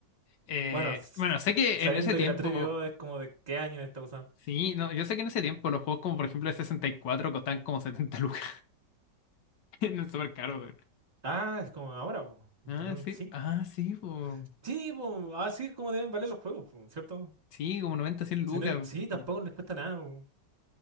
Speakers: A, on the left; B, on the right.
A: Eh,
B: Bueno, s-
A: bueno, sé que
B: sabiendo
A: en ese tiempo,
B: que la 3DO es como de qué año esta cosa.
A: sí, no, yo sé que en ese tiempo los juegos como por ejemplo el 64 costaban como 70 lucas <laughs> en el supercaro.
B: Ah, es como ahora, po, en
A: Ah,
B: dos mil veinticinco,
A: sí, ah,
B: po.
A: sí, po.
B: Sí, po, así es como deben valer los juegos, po, ¿cierto?
A: Sí, como 90 100 lucas.
B: Sin él, sí, tampoco
A: Bueno,
B: les cuesta nada, po.